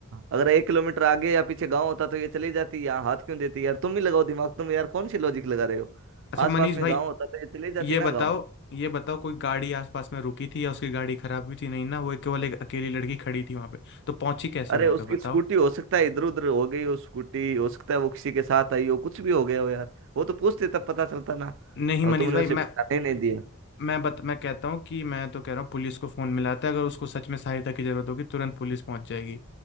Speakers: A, on the right (about 60°); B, on the left (about 50°).
A: अगर एक किलोमीटर आगे या पीछे गांव होता तो ये चली जाती यहाँ हाथ क्यों देती यार तुम ही लगाओ दिमाग तुम यार कौन सी लॉजिक लगा रहे हो
B: अच्छा
A: आसपास
B: मनीष
A: में
B: भाई
A: गांव होता तो ये चली जाती
B: ये बताओ
A: ना गांव
B: ये बताओ कोई गाड़ी आसपास में रुकी थी या उसकी गाड़ी खराब भी थी नहीं ना वो केवल एक अकेली लड़की खड़ी थी वहां पे तो पहुंची कैसे
A: अरे
B: हो यहाँ
A: उसकी
B: पे बताओ
A: स्कूटी हो सकता है इधर उधर हो गई हो स्कूटी हो सकता है वो किसी के साथ आई हो कुछ भी हो गया हो यार वो तो पूछते तब पता चलता ना
B: नहीं
A: अब
B: मनीष
A: तुमने
B: भाई
A: उसे पहचाने
B: मैं
A: ही नहीं दिया
B: मैं बत, मैं कहता हूँ कि मैं तो कह रहा हूँ पुलिस को फोन मिलाते हैं अगर उसको सच में सहायता की जरूरत होगी तुरंत पुलिस पहुंच जाएगी